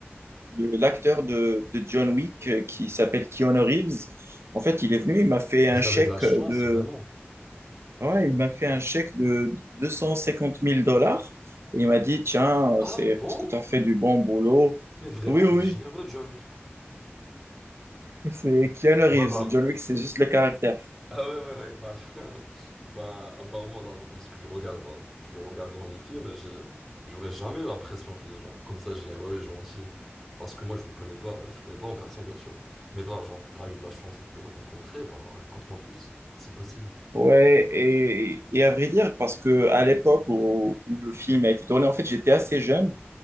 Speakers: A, on the right; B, in the centre.
A: le- l'acteur de, de John Wick euh, qui s'appelle Keanu Reeves. En fait, il est venu, il m'a fait un
B: Vous
A: chèque
B: avez de la chance,
A: de,
B: vraiment.
A: ouais, il m'a fait un chèque de deux cent cinquante mille dollars et il m'a dit, tiens,
B: Ah
A: c'est parce
B: bon?
A: que tu as fait du bon boulot.
B: Mais vraiment,
A: Oui, oui,
B: il est généreux, John Wick.
A: oui, c'est Keanu Reeves.
B: Bah, bah.
A: John Wick, c'est juste le caractère.
B: Ah ouais, ouais, ouais. Bah, <laughs> bah, apparemment, là, lorsque je regarde, bah, je le regarde dans les films, mais j'ai- j'aurais jamais l'impression qu'il est genre comme ça généreux et gentil. Parce que moi, je le connais pas, je le connais pas en personne, bien sûr. Mais toi, genre, t'as eu de la chance de le rencontrer, bah, raconte-moi plus, si possible.
A: Ouais, et, et à vrai dire, parce que à l'époque où, où le film a été tourné, en fait, j'étais assez jeune.